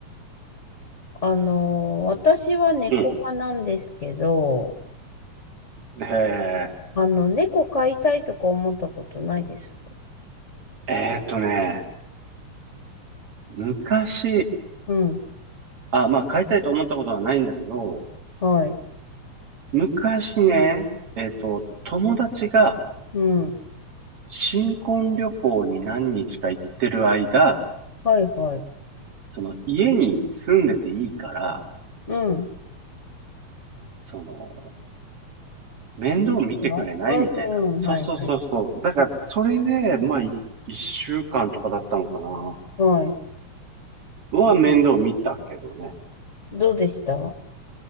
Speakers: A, on the left; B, on the right.
A: あの、私は猫派なんですけど、
B: うん。へえ。
A: あの、猫飼いたいとか思ったことないです。
B: えーっとね、昔、
A: うん、
B: あ、まあ飼いたいと思ったことはないんだけど、
A: はい、
B: 昔ね、えーっと、友達が
A: うん、
B: 新婚旅行に何日か行ってる間、
A: はい、はい。
B: その家に住んでていいから、
A: うん、
B: その、面倒見てくれないみたいな。
A: 猫のう
B: そうそうそうそう。
A: ん、はい、はい。
B: だから、それで、まあ、い一週間とかだったのかな。
A: はい。
B: は面倒見たけどね。
A: どうでした